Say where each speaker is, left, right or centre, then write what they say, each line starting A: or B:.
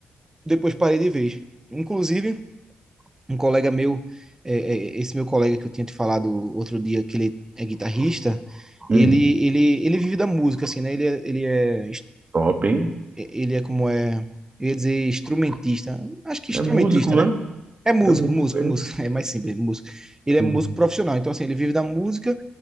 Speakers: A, on the right; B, on the right.
A: depois parei de vez. Inclusive, um colega meu, é, é, esse meu colega que eu tinha te falado outro dia, que ele é guitarrista,
B: Uhum.
A: ele, ele, ele vive da música, assim, né? Ele é, ele é,
B: Top, hein?
A: ele é como é, eu ia dizer instrumentista, acho que instrumentista,
B: É músico,
A: né?
B: né?
A: É músico,
B: É músico,
A: músico,
B: é.
A: músico. <laughs> É mais simples, músico. Ele é
B: Uhum.
A: músico profissional, então assim, ele vive da música